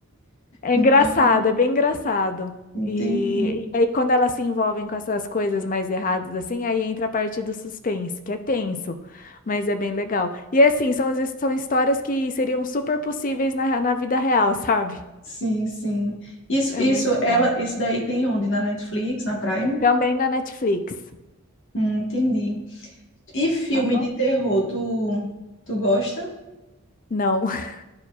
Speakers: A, on the left; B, on the left.
A: É
B: Então,
A: engraçado, é bem engraçado.
B: entendi.
A: E, e aí, quando elas se envolvem com essas coisas mais erradas, assim, aí entra a parte do suspense, que é tenso, mas é bem legal. E assim, são, as- são histórias que seriam super possíveis na, na vida real, <laughs> sabe?
B: Sim, sim. Isso,
A: É
B: isso,
A: muito
B: ela,
A: bom.
B: isso daí tem onde? Na Netflix, na Prime?
A: Também na Netflix,
B: Hum, entendi. E filme
A: tá bom?
B: de terror, tu, tu gosta?
A: Não, <laughs>